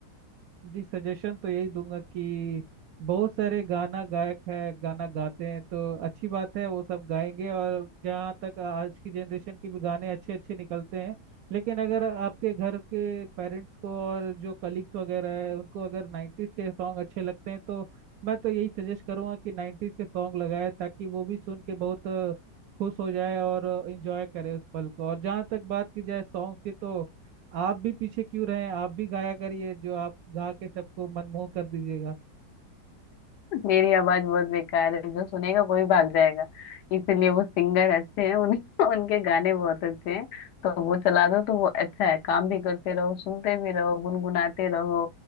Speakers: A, on the right; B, on the left.
A: जी सजेशन तो यही दूंगा कि बहुत सारे गाना गायक है गाना गाते हैं तो अच्छी बात है वो सब गाएंगे और जहाँ तक आज की जनरेशन के भी गाने अच्छे अच्छे निकलते हैं लेकिन अगर आपके घर के पेरेंट्स को और जो कलीग्स वगैरह है उनको अगर नाइन्टीज के सॉन्ग अच्छे लगते हैं तो मैं तो यही सजेस्ट करूंगा कि नाइन्टीज के सॉन्ग लगाए ताकि वो भी सुन के बहुत अ, खुश हो जाए और इंजॉय करे उस पल को और जहाँ तक बात की जाए सॉन्ग की तो आप भी पीछे क्यों रहे आप भी गाया करिए जो आप गा के सबको मनमोह कर दीजिएगा
B: मेरी आवाज बहुत बेकार है जो सुनेगा वो ही भाग जाएगा इसीलिए वो सिंगर अच्छे हैं उन <laughs> उनके गाने बहुत अच्छे हैं तो वो चला दो तो वो अच्छा है काम भी करते रहो सुनते भी रहो गुनगुनाते रहो